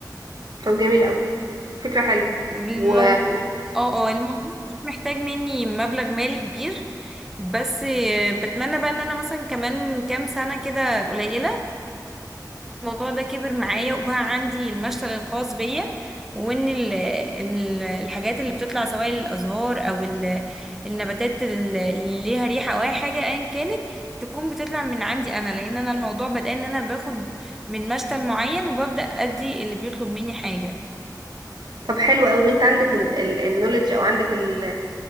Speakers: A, on the right; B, in the centre.
A: طب جميل أوي فكرة حلوة
B: الموضوع
A: و
B: اه اه الموضوع مش محتاج مني مبلغ مالي كبير بس آه، بتمنى بقى ان انا مثلا كمان كام سنة كده قليلة الموضوع ده كبر معايا وبقى عندي المشتل الخاص بيا وان ال ال الحاجات اللي بتطلع سواء الازهار او ال- النباتات اللي ليها ريحة او اي حاجة ايا كانت تكون بتطلع من عندي انا لان انا الموضوع بدأ ان انا باخد من مشتل معين وببدأ ادي اللي بيطلب مني حاجة
A: طب حلو أوي أنت عندك النولج أو عندك ال